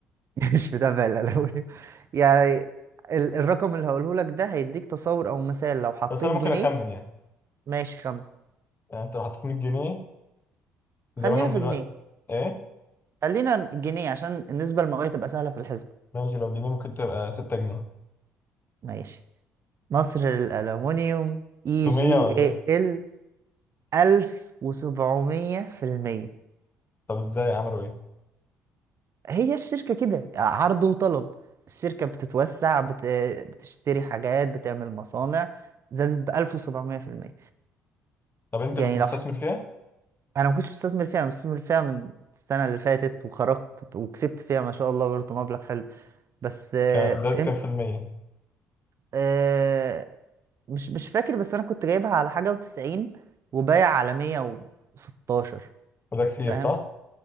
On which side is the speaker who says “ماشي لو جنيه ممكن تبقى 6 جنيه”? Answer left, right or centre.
Left